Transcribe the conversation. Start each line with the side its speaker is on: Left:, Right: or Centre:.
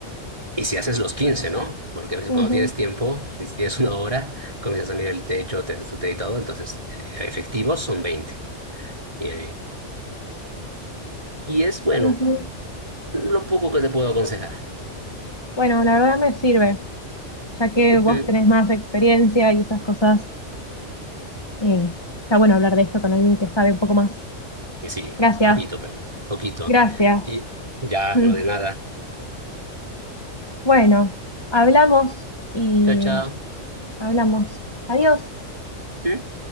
Right: y si haces los 15, ¿no? Porque a veces
Left: ujú,
Right: cuando tienes tiempo, si tienes una hora, comienzas a mirar el techo, te haces tu té y todo. Entonces, eh, efectivos son 20. Y, ahí- y es bueno,
Left: ujú.
Right: lo poco que te puedo aconsejar.
Left: Bueno, la verdad me sirve, ya que
Right: Ujú.
Left: vos tenés más experiencia y esas cosas. Eh, está bueno hablar de esto con alguien que sabe un poco más.
Right: Y sí,
Left: Gracias,
Right: poquito, pero poquito.
Left: gracias.
Right: Y ya,
Left: Mm.
Right: no de nada.
Left: Bueno, hablamos y
Right: Chao, chao.
Left: hablamos. Adiós.
Right: ¿Mm?